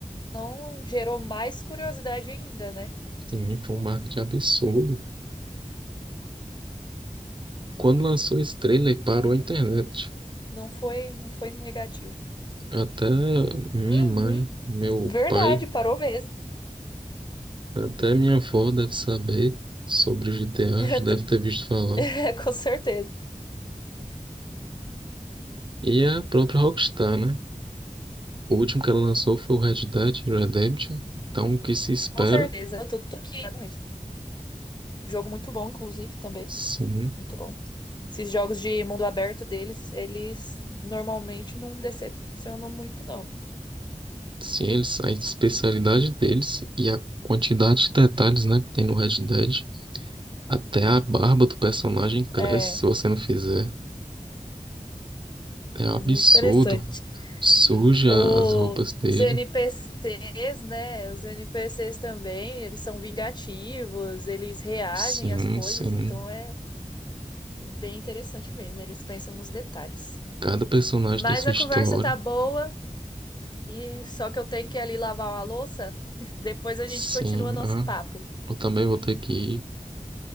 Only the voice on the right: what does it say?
Sim, foi um marketing absurdo. Quando lançou esse trailer, parou
a internet.
Até minha
mãe, meu
pai,
até minha avó deve saber sobre o GTA,
já deve ter visto falar.
E a própria Rockstar, né? O último que ela lançou foi o Red Dead Redemption. Então, o que se espera?
Sim,
sim, eles, a especialidade deles e a quantidade de detalhes, né, que tem no Red Dead. Até a barba do personagem cresce
se você não fizer. É um
absurdo.
Suja
as roupas dele.
Sim,
sim.
Cada personagem
tem sua
história.
Sim,
ah.
Eu também vou ter que ir.